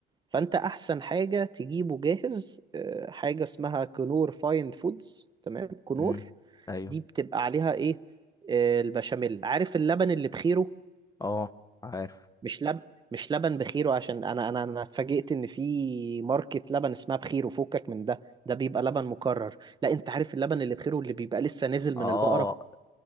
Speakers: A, on the right; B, on the left.
A: فانت احسن حاجه تجيبه جاهز آه، حاجه اسمها كنور فاين فودز تمام كنور
B: امم ايوه
A: دي بتبقى عليها ايه آه، البشاميل عارف اللبن اللي بخيره
B: اه عارف
A: مش لب مش لبن بخيره عشان انا انا انا اتفاجئت ان في ماركة لبن اسمها بخيره فكك من ده ده بيبقى لبن مكرر لا انت عارف اللبن اللي بخيره اللي بيبقى لسه نازل
B: اه
A: من البقرة